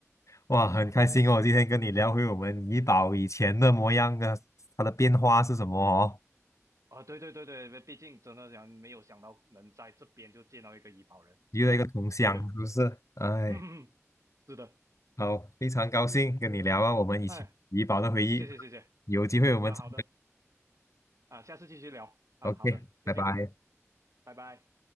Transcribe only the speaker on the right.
啊，对对对对，毕竟真的想没有想到能在这边就见到一个医保人啊，
对的，
<laughs> 是的，
哎，谢谢谢谢
啊，好的啊，下次继续聊啊，
好的，谢谢，
拜拜。